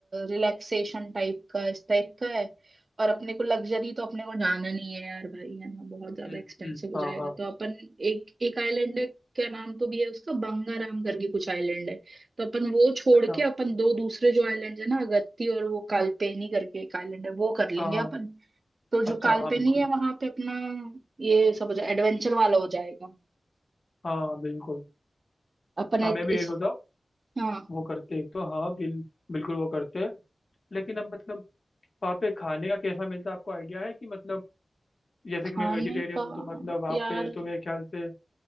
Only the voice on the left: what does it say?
हम्म
हम्म
हाँ
हाँ
अच्छा
हाँ
हाँ
अच्छा
हाँ बिल्कुल
हाँ बिल्कुल
हाँ मैं
भी एक होता
वो करते एक तो हाँ बिल बिल्कुल वो करते हैं लेकिन अब मतलब वहाँ पे खाने का कैसा मिलता है आपको आइडिया है कि मतलब जैसे
कि मैं वेजिटेरियन
हूँ तो मतलब वहाँ
पे तो मेरे ख्याल से